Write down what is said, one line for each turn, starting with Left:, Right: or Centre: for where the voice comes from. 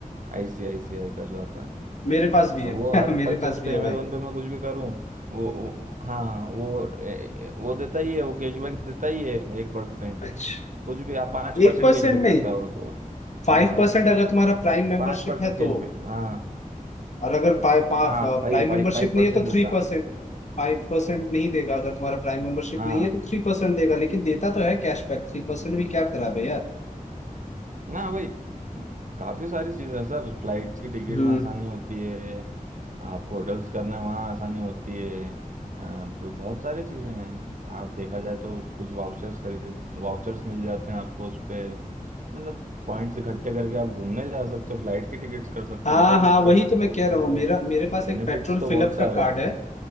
Right: आईसीआईसीआई का जो आता है
Left: मेरे
Right: वो
Left: पास भी
Right: अब
Left: है
Right: वो हर
Left: <laughs> मेरे
Right: परचेस
Left: पास भी
Right: पे
Left: है
Right: अमेजोन
Left: भाई
Right: पे मैं कुछ भी करूं वो, वो हाँ वो ए, ए, वो देता ही है वो कैशबैक देता ही है एक परसेंट
Left: अच्छा
Right: कुछ भी आप पाँच परसेंट
Left: एक परसेंट
Right: कैशबैक
Left: नहीं
Right: देता है और तो और
Left: फाइव
Right: हाँ
Left: परसेंट अगर तुम्हारा प्राइम मेंबरशिप
Right: पाँच परसेंट
Left: है तो
Right: कैशबैक हाँ
Left: और अगर प्राइम
Right: हाँ भाई फाइव
Left: मेंबरशिप
Right: फाइव
Left: नहीं
Right: परसेंट
Left: है तो थ्री
Right: देता
Left: परसेंट।
Right: है
Left: फाइव परसेंट नहीं देगा अगर तुम्हारा प्राइम मेंबरशिप
Right: हाँ
Left: नहीं है तो थ्री परसेंट देगा लेकिन देता तो है कैशबैक थ्री परसेंट भी क्या खराब है यार
Right: ना भाई म, काफी सारी चीजें हैं सर फ्लाइट्स की टिकट
Left: हम्म
Right: में आसानी होती है आपको होटल्स करने में वहाँ आसानी होती है अ, ब- बहुत सारी चीजें हैं आप देखा जाए तो कुछ वाउचर्स खरीद वाउचर्स मिल जाते हैं आपको उस पे मतलब पॉइंट्स इकट्ठे करके आप घूमने जा सकते हो फ्लाइट की टिकट्स कर सकते
Left: हाँ
Right: हो होटल
Left: हाँ
Right: बुक
Left: वही
Right: कर सकते
Left: तो मैं
Right: हो
Left: कह
Right: तो
Left: रहा हूँ
Right: मतलब
Left: मेरा मेरे पास
Right: बेनिफिट्स
Left: एक पेट्रोल
Right: तो
Left: फिलअप
Right: बहुत सारे
Left: का कार्ड
Right: हैं
Left: है